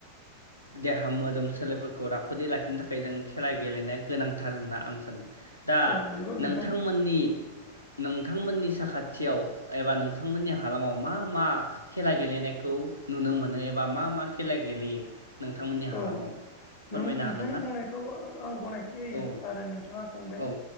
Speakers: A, on the left; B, on the left.
A: देहा मोदोम सोलेरफोरखौ राफोदै लाखिनो थाखाय जों खेला गेलेनाया गोनांथार होनना आं सानो दा
B: औ नंगौ नोंथां
A: नोंथांमोननि नोंथांमोननि साखाथियाव एबा नोंथांमोननि हालामाव मा मा खेला गेलेनाय खौ नुनो मोनो एबा मा मा? खेला गेलेयो नोंथांमोननि हालामाव
B: औ
A: फोरमायनो
B: नों नोंथांनि
A: हागोन ना
B: बुंनायखौ आं गनायथि होयो
A: औ
B: आरो नोंथाङा सोंबाय
A: औ